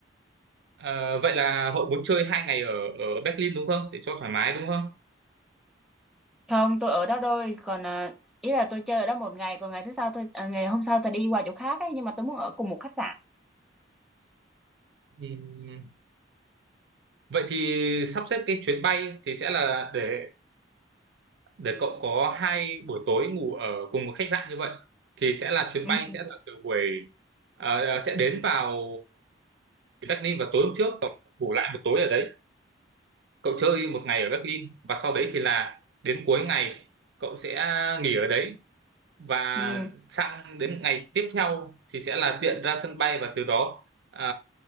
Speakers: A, on the right; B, in the centre.
A: Ờ, vậy là Hậu muốn chơi hai ngày ở ở Berlin đúng không? Để cho thoải mái đúng không?
B: Không, tôi ở đó thôi, còn à, ý là tôi chơi ở đó một ngày, còn ngày thứ sau tôi à, ngày hôm sau tôi đi qua chỗ khác ấy, nhưng mà tôi muốn ở cùng một khách sạn.
A: Ừm, Vậy thì sắp xếp cái chuyến bay thì sẽ là để để cậu có hai buổi tối ngủ ở cùng một khách sạn như vậy thì sẽ là chuyến
B: Ừ.
A: bay sẽ là từ buổi à, à, sẽ đến vào Berlin vào tối hôm trước cậu ngủ lại một tối ở đấy cậu chơi một ngày ở Berlin và sau đấy thì là đến cuối ngày cậu sẽ nghỉ ở đấy và
B: Ừ.
A: sang đến ngày tiếp theo thì sẽ là tiện ra sân bay và từ đó à,